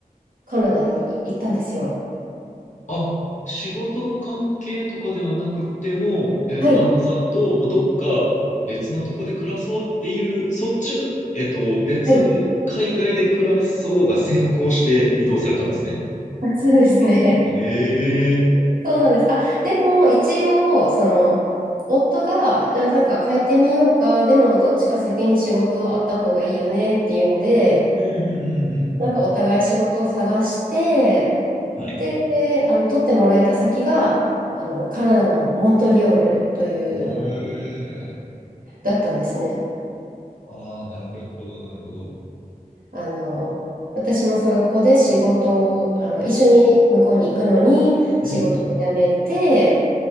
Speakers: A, on the right; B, on the left.
A: カナダに行ったんですよ。
B: あ、仕事の関係とかではなくてもう、えっと、
A: はい、
B: 旦那さんと、もうどっか別のとこで暮らそうっていう、そっちが、えっと、別、
A: はい、
B: 海外で暮らそうが先行して移動されたんですね。
A: あそうですね。
B: ええー
A: <laughs> そうなんです。あ、でも一応、その、夫が、じゃあなんか変えてみようか、でもどっちか先に仕事あった方がいいよねっていうんで、
B: うんうんうんうん
A: なんかお互い仕事を探して、
B: うん。
A: で、
B: はい。
A: であの、取ってもらえた先が、あの、カナダのモントリオールという、
B: おえ。
A: あの、だったんですね。
B: ああ、なるほど、なるほど。
A: あの、私もそこで仕事を、あの、一緒に向こうに行くのに仕事を辞めて、
B: うん。